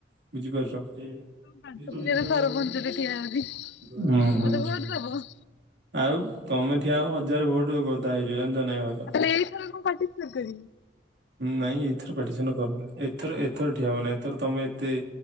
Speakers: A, on the right; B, on the left.
A: ବୁଝିପାରୁଛ
B: କାଠ ପୂଜାରେ
A: ହୁଁ।
B: ସରପଞ୍ଚରେ ଠିଆ ହେବି
A: ହୁଁ।
B: ମତେ ବହୁତ ହବ।
A: ଆଉ ତମେ ଠିଆ ହବ ହଜାର ଭୋଟ ଗଦା ହେଇ ଯିବ ଜାଣିଛ ନା ନାଇଁ।
B: ଏ ସର କଣ ପାଠଛି ନା କି। <unintelligible>
A: ନାଇଁ ଏଥର ପାଟିସନ କରୁନ ଏଥର ଏଥର ଠିଆ ହବ ନା। ତର ତମେ ଏତେ